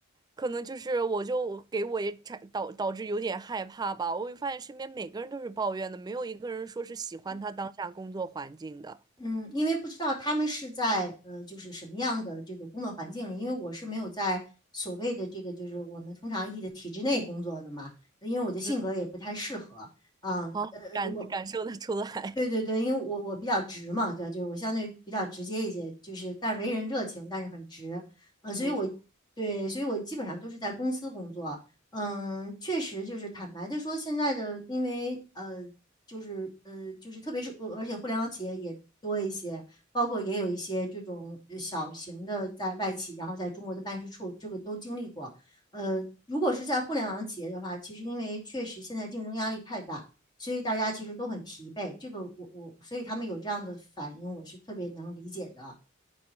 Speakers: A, on the right (about 20°); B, on the left (about 20°).
A: 可能就是我就给我也产导导致有点害怕吧。我会发现身边每个人都是抱怨的，没有一个人说是喜欢他当下工作环境的。
B: 嗯嗯，因为不知道他们是在呃就是什么样的这个工作环境里，因为我是没有在所谓的这个就是我们通常译的体制内工作的嘛，因为我的性格也不太适合。
A: 嗯，
B: 啊，
A: 好，
B: 呃，
A: 感感受得出来。
B: 我对对对，
A: <laughs>
B: 因为我我比较直嘛，对吧？就是我相对比较直接一些，就是但是为人热情，但是很直，呃，所以我对，
A: 没错，
B: 所以我基本上都是在公司工作，嗯，确实就是坦白的说，现在的因为呃，就是呃，就是特别是呃而且互联网企业也多一些，包括也有一些这种呃小型的在外企，然后在中国的办事处，这个都经历过，呃，如果是在互联网企业的话，其实因为确实现在竞争压力太大。所以大家其实都很疲惫。这个我我，所以他们有这样的反应，我是特别能理解的。